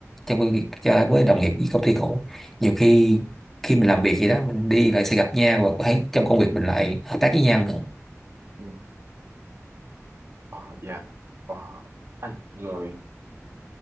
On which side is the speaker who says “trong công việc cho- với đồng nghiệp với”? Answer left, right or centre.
Centre